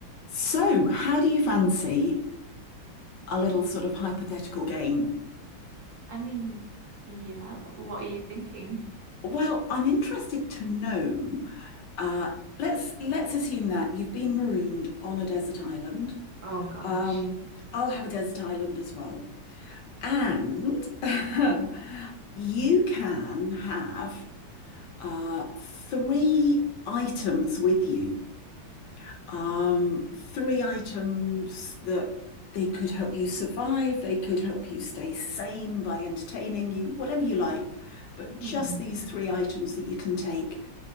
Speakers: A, on the left (about 70°); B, on the right (about 60°).
A: So, how do you fancy a little sort of hypothetical game?
B: I mean, yeah, what are you thinking?
A: Well, I'm interested to know. Uh, let's let's assume that you've been marooned on a desert island.
B: Oh gosh.
A: Um, I'll have a desert island as well, and <laughs> you can have uh, three items with you. um, three items that they could help you survive, they could help you stay sane by entertaining you, whatever you like, but
B: Hmm.
A: just these three items that you can take.